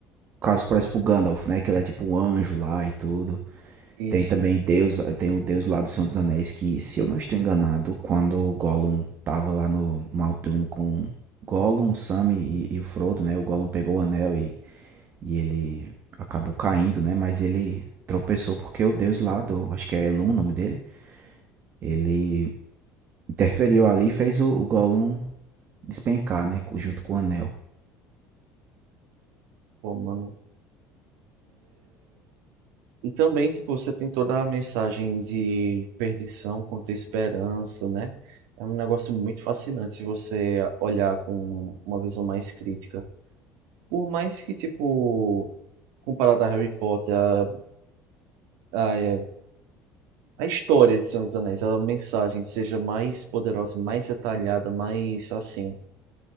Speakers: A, on the right (about 35°); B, on the right (about 80°).
A: Caso, por exemplo, o Gandalf, né? Que ele é tipo um anjo lá e tudo. Tem
B: Isso,
A: também Deus, tem o Deus lá do Senhor dos Anéis que, se eu não estou enganado, quando o Gollum tava lá no Mal'Doom com Gollum, Sam e, e o Frodo, né? O Gollum pegou o anel e, e ele acabou caindo, né? Mas ele tropeçou porque o Deus lá do, acho que é Elun o nome dele, ele interferiu ali e fez o, o Gollum despencar, né? co- Junto com o anel.
B: pô, mano. E também, tipo, você tem toda a mensagem de perdição contra a esperança, né? É um negócio muito fascinante se você olhar com uma visão mais crítica. Por mais que, tipo, comparado a Harry Potter, a, a, a história de Senhor dos Anéis, a mensagem seja mais poderosa, mais detalhada, mais assim